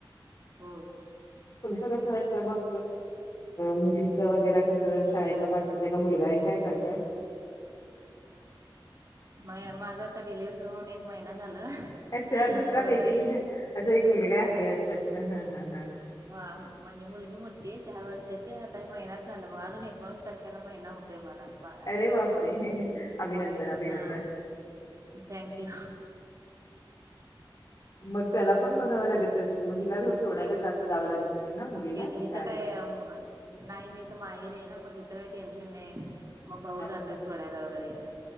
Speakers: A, on the right (about 40°); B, on the left (about 45°).
A: होय
B: तुमचं कस असतं मग मुलीचं वगैरे. कसं शाळेतला पाठवायचंय का मुलगा आहे काय करताय.
A: म माझा आता डिलिव्हरी जाऊन एक महिना झाला.
B: अच्छा दुसरा
A: मुलगा
B: बेबी
A: एक
B: ह असा एक मुलगा आहे अच्छा अच्छा हा हा हा.
A: ह म्हणजे मुलगी मोठी चार वर्षाची आता महिना झाला बघ अजून एकोणीस तारखेला महिना हो. ते मला बाय.
B: अरे बापरे अभिनंदन अभिनंदन.
A: हा थँक्यू
B: मग त्याला पण बघावं लागत. अस मग हिला सोडायला जावं लागत असेल ना मुलीला
A: हिच
B: शाळेत.
A: काय नाही मी तर माहेरी आहे ना मग हिचं काही टेन्शन नाही मग भाऊ
B: अच्छा
A: जातस सोडायला वगैरे इथं.